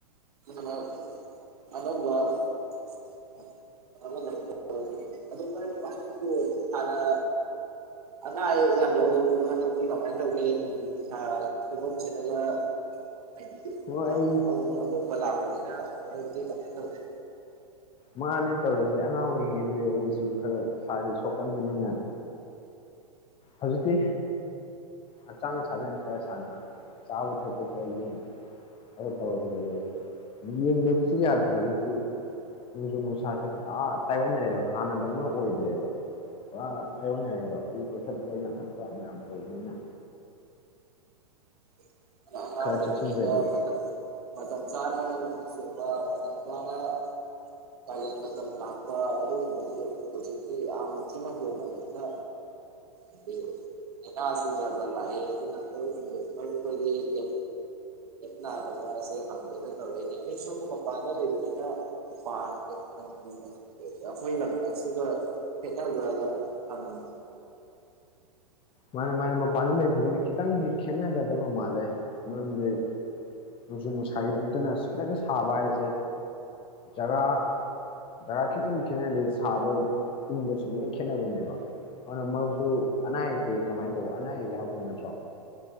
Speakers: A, on the right (about 70°); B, on the left (about 25°).
A: <unintelligible> ꯑꯅꯧꯕ <unintelligible> ꯑꯗꯣ ꯚꯥꯏ ꯅꯪꯁꯦ ꯍꯥꯟꯅ ꯑꯅꯥ ꯑꯌꯦꯛ ꯌꯥꯝ ꯌꯥꯎꯒꯟꯕꯗꯣ ꯍꯟꯗꯛꯇꯤ ꯀꯃꯥꯏ ꯇꯧꯒꯦ ꯅꯣꯡꯖꯨ ꯅꯨꯡꯁꯥ ꯐꯤꯕꯝꯁꯤꯅꯒ <unintelligible>
B: ꯍꯣꯏ ꯑꯩ
A: ꯕꯥ ꯂꯥꯛꯄꯅꯤꯅ <unintelligible> ꯇꯤ ꯀꯃꯥꯏ ꯇꯧꯒꯦ
B: ꯃꯥꯅꯦ ꯇꯧꯔꯤꯁꯦ ꯑꯉꯥꯡ ꯑꯣꯏꯔꯥꯉꯩꯗꯗꯤ ꯑꯩꯁꯨ ꯈꯔ ꯏꯁꯥꯁꯦ ꯁꯣꯛꯀꯟꯕꯅꯤꯅ ꯍꯧꯖꯤꯛꯇꯤ ꯍꯛꯆꯥꯡ ꯁꯥꯖꯦꯟ ꯈꯔ ꯁꯥꯟꯅꯕ ꯆꯥꯕ ꯊꯛꯄ ꯈꯔ ꯌꯦꯡ ꯑꯗꯨ ꯇꯧꯔꯒ ꯂꯩꯌꯦ ꯌꯦꯡꯗꯕꯁꯨ ꯌꯥꯗꯦ ꯍꯧꯖꯤꯛꯇꯤ ꯅꯣꯡꯖꯨ ꯅꯨꯡꯁꯥꯁꯦ ꯄꯨꯔꯥ ꯇꯥꯏꯑꯣꯟꯅꯔꯦꯕ ꯍꯥꯟꯅꯗꯧꯅ ꯑꯣꯏꯗ꯭ꯔꯦꯕ ꯄꯨꯔꯥ ꯇꯥꯏꯑꯣꯟꯅꯔꯦꯕ ꯎ ꯀꯛꯊꯠꯄ ꯌꯥꯟꯊꯠꯄ ꯃꯌꯥꯝ ꯇꯧꯕꯩꯅ
A: <unintelligible> ꯑꯉꯥꯡ
B: ꯈꯔ
A: ꯑꯣꯏꯔꯤꯉꯩꯒ
B: ꯆꯦꯛꯁꯤꯟꯗ꯭ꯔꯗꯤ
A: ꯃꯇꯝ ꯃꯇꯝ ꯆꯥꯅ ꯅꯣꯡ ꯆꯨꯕ ꯃꯇꯝ ꯆꯥꯅ ꯀꯥꯂꯦꯟ ꯃꯇꯝ ꯂꯥꯛꯄ ꯑꯗꯨꯒꯨꯝꯕꯗꯨ ꯍꯧꯖꯤꯛꯇꯤ ꯌꯥꯝ ꯊꯤꯅ ꯍꯣꯡꯉꯕꯅꯤꯅ <unintelligible> ꯂꯩꯅꯥꯁꯨ ꯖꯥꯠ ꯖꯥꯠ ꯂꯥꯛꯑꯦ <unintelligible> ꯃꯔꯨꯞꯈꯣꯏꯗꯤ <unintelligible> ꯀꯦꯝ ꯅꯥꯗ꯭ꯕꯔꯥ ꯁꯤ ꯍꯪꯉꯛꯀꯦꯅ ꯇꯧꯔꯛꯏꯅꯦ ꯑꯩꯁꯨ ꯃꯄꯥꯟꯗ ꯂꯩꯕꯅꯤꯅ ꯃꯄꯥꯟꯗ <unintelligible> ꯑꯈꯣꯏ ꯂꯝꯅ ꯁꯤꯒ ꯈꯦꯠꯅꯕ꯭ꯔꯅ ꯍꯪꯏꯅꯦ
B: ꯃꯥꯅꯦ ꯃꯥꯅꯦ ꯃꯄꯥꯟꯗ ꯂꯩꯕꯒꯤꯅꯦ ꯈꯤꯇꯪꯗꯤ ꯈꯦꯟꯅꯒꯗꯕ ꯃꯥꯜꯂꯦ ꯃꯔꯝꯗꯤ ꯅꯣꯡꯖꯨ ꯅꯨꯡꯁꯥꯒꯥ ꯗꯟꯇꯅ ꯈꯤꯇꯪ ꯁꯥꯕ ꯍꯥꯏꯒꯦ ꯖꯒꯥ ꯖꯒꯥ ꯈꯥꯇꯪꯕꯨ ꯈꯦꯟꯅꯔꯗꯤ ꯁꯥꯕ ꯏꯪꯕꯁꯨ ꯂꯣꯏ ꯈꯦꯟꯅꯕꯅꯦꯕ ꯑꯗꯣ ꯃꯔꯨꯞꯁꯨ ꯑꯅꯥ ꯑꯌꯦꯛ ꯇꯤ ꯀꯃꯥꯏ ꯇꯧꯕ ꯑꯅꯥ ꯑꯌꯦꯛ ꯌꯥꯎꯗꯕ ꯅꯠꯇ꯭ꯔꯣ